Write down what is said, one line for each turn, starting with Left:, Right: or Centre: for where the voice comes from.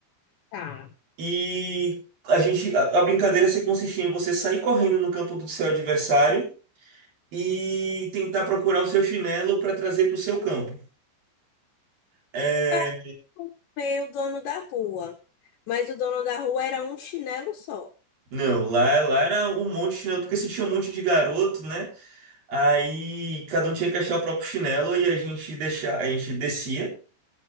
Left: tá.
Right: E a gente, a, a brincadeira se consistia em você sair correndo no campo do seu adversário e tentar procurar o seu chinelo para trazer para o seu campo. É,
Left: Pra comer o dono da rua. Mas o dono da rua era um chinelo só.
Right: não, lá, lá era um monte de chinelo, porque se tinha um monte de garoto, né? Aí cada um tinha que achar o próprio chinelo e a gente deixa, a gente descia.